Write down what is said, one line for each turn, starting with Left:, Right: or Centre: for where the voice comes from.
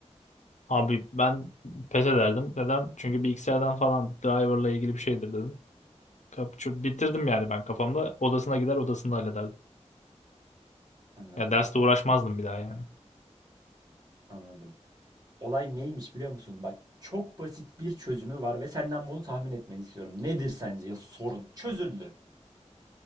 Left: Abi ben pes ederdim. Neden? Çünkü bilgisayardan falan driverla ilgili bir şeydir dedim. Kap çö- bitirdim yani ben kafamda. Odasına gider odasında hallederdim.
Right: Anladım.
Left: Ya derste uğraşmazdım bir daha yani.
Right: Anladım. Olay neymiş biliyor musun? Bak çok basit bir çözümü var ve senden bunu tahmin etmeni istiyorum. Nedir sence sorun? Çözüldü.